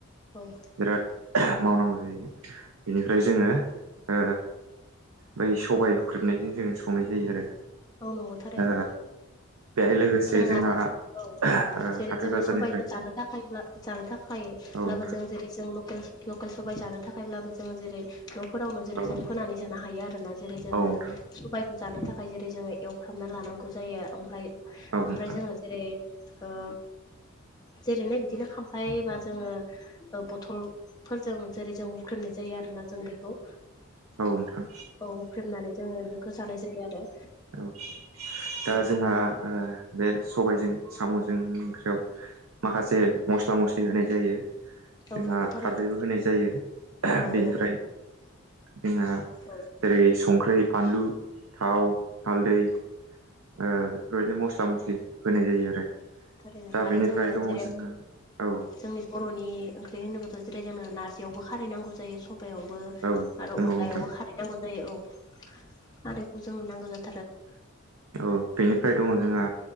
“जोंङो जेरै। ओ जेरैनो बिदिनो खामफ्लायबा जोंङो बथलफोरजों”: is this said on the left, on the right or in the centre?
Left